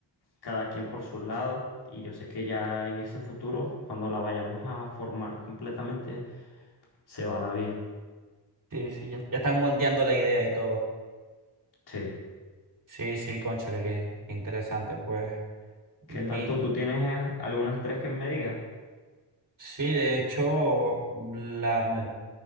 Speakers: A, on the left (about 65°); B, on the right (about 45°).
A: cada quien por su lado. Y yo sé que ya en ese futuro, cuando la vayamos a formar completamente, se va a dar bien.
B: sí, sí, ya, ya están moldeando la idea y todo.
A: Sí.
B: Sí, sí, cónchale, qué qué interesante, pues.
A: ¿Qué
B: Mi,
A: tal tú? ¿Tú tienes eh, algunas tres que me digas?
B: Sí, de hecho, la, mm,